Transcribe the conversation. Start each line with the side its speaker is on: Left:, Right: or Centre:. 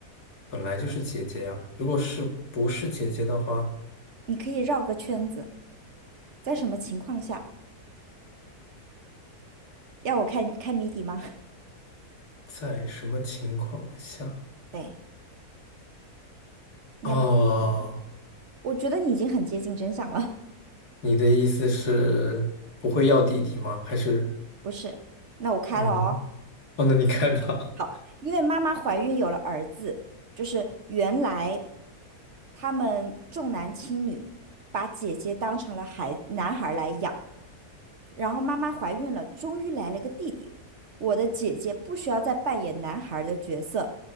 Left: 本来就是姐姐呀。如果是不是姐姐的话，
Right: 你可以绕个圈子，在什么情况下？要我开开谜底吗？<laughs>
Left: 在什么情况下？
Right: 对，你要不要？
Left: 哦，
Right: 嗯我觉得你已经很接近真相了，
Left: 你的意思是不会要弟弟吗？还是
Right: <laughs> 不是？那我开了哦。
Left: 嗯，哦，那你开吧。
Right: 好，因为妈妈怀孕有了儿子，就是原来他们重男轻女，把姐姐当成了孩男孩儿来养，然后妈妈怀孕了，终于来了个弟弟。我的姐姐不需要再扮演男孩的角色，